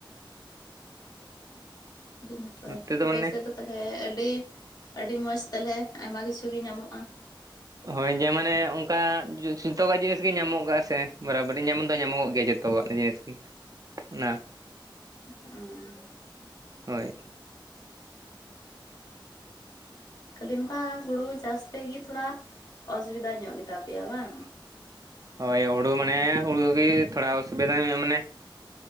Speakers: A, on the left (about 50°); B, on the right (about 45°).
A: ᱟᱹᱰᱤ ᱱᱟᱯᱟᱭ
B: ᱱᱚᱛᱮ
A: ᱟᱯᱮ
B: ᱢᱟᱱᱮ
A: ᱥᱮᱫ ᱫᱚ ᱛᱟᱦᱚᱞᱮ ᱟᱹᱰᱤ ᱟᱹᱰᱤ ᱢᱚᱸᱡᱽ ᱛᱟᱞᱦᱮ ᱟᱭᱢᱟ ᱠᱤᱪᱷᱩ ᱜᱮ ᱧᱟᱢᱚᱜ-ᱟ᱾
B: ᱦᱳᱭ ᱡᱮ ᱢᱟᱱᱮ ᱚᱱᱠᱟ ᱥᱤᱛᱚᱠᱟᱜ ᱡᱤᱱᱤᱥ ᱜᱮ ᱧᱟᱢᱚᱜᱚᱜ ᱥᱮ ᱵᱟᱨᱟᱵᱚᱨᱤ ᱧᱟᱢᱚᱜ ᱫᱚ ᱧᱟᱢᱚᱜᱚᱜ ᱜᱮᱭᱟ ᱡᱚᱛᱚ᱾ <inaudible> ᱡᱤᱱᱤᱥ ᱜᱮ ᱚᱱᱟ
A: <inaudible>
B: ᱦᱳᱭ᱾
A: ᱠᱷᱟᱞᱤ ᱱᱚᱝᱠᱟ ᱦᱩᱲᱩ ᱪᱟᱥ ᱛᱮᱜᱮ ᱛᱷᱚᱲᱟ ᱚᱥᱩᱵᱤᱫᱟ ᱧᱚᱜ ᱜᱮᱛᱟ ᱯᱮᱭᱟ ᱵᱟᱝ?
B: ᱦᱳᱭ ᱦᱩᱲᱩ ᱢᱟᱱᱮ ᱦᱩᱲᱩ ᱜᱮ ᱛᱷᱚᱲᱟ ᱚᱥᱩᱵᱤᱫᱟ ᱧᱚᱜ ᱢᱟᱱᱮ